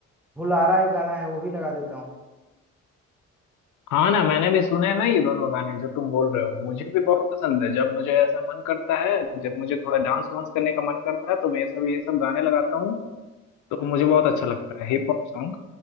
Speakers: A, in the centre; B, on the left.
A: हुलारा एक गाना है वो भी लगा देता हूँ
B: हाँ ना मैंने भी सुने हैं ना ये दोनों गाने जो तुम बोल रहे हो मुझे भी बहुत पसंद है जब मुझे ऐसा मन करता है जब मुझे थोड़ा डांस वांस करने का मन करता है तो मैं ये सब ये सब गाने लगाता हूँ तो मुझे बहुत अच्छा लगता है हिप हॉप सॉन्ग